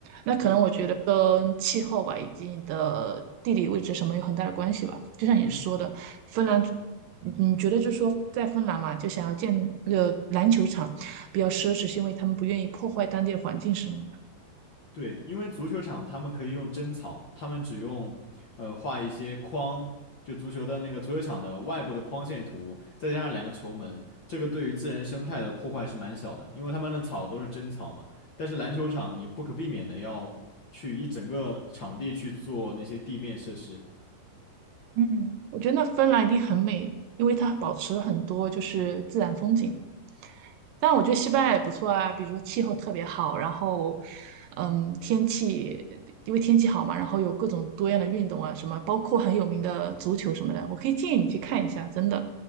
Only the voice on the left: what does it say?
对，
嗯。
对，因为足球场他们可以用真草，他们只用呃画一些框，就足球的那个足球场的外部的框线图，再加上两个球门，这个对于自然生态的破坏是蛮小的，因为他们的草都是真草嘛。但是篮球场你不可避免的要去一整个场地去做那些地面设施，